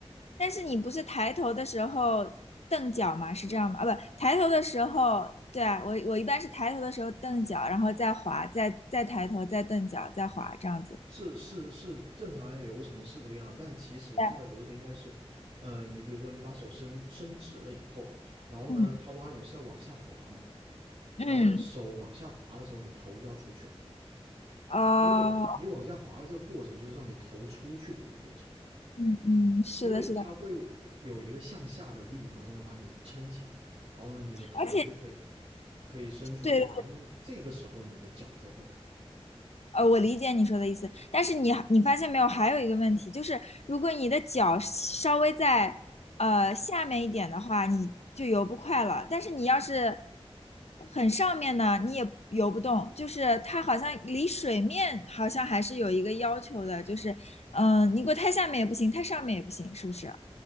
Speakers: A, on the left; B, on the right.
A: 但是你不是抬头的时候蹬脚吗？是这样吗？啊，不，抬头的时候，对啊，我我一般是抬头的时候蹬脚，然后再滑，再再抬头，再蹬脚，再滑，这样子。
B: 是是是，正常的流程是这个样，但其实它的流程应该是，
A: 对，
B: 呃，你比如说你把手伸伸直了以后，然后呢，
A: 嗯
B: 它蛙泳是要往下滑嘛，
A: 嗯，
B: 然后呢，手往下滑的时候，你头就要出去了，
A: 哦，
B: 因为你往下滑的这个过程就是让你头出去的一个过程，
A: 嗯嗯，是的，
B: 因为它会
A: 是的，
B: 有一个向下的力，然后呢把你撑起来，然后呢你的头就可以
A: 而且
B: 可以伸出去，
A: 对
B: 然后呢这个时候你的脚在动，
A: 呃，我理解你说的意思，但是你你发现没有，还有一个问题，就是如果你的脚稍微在呃下面一点的话，你就游不快了。但是你要是很上面呢，你也游不动，就是它好像离水面好像还是有一个要求的，就是嗯、呃你给我太下面也不行，太上面也不行，是不是？